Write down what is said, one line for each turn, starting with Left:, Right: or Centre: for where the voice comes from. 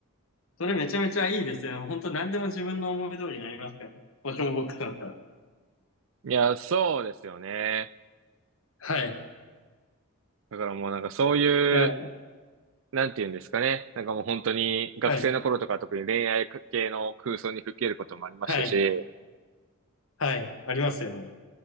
Left: それめちゃめちゃいいですよ。本当何でも自分の思い通りになりますからね。ボトムボックスだったら。
Right: いや、そうですよね。
Left: はい。
Right: だからもうなんかそういう、
Left: いや、
Right: なんていうんですかね。なんかもう本当に学生の頃とか特に恋愛系の空想に吹き入ることもありましたし、
Left: はい。はい。はい。ありますよね。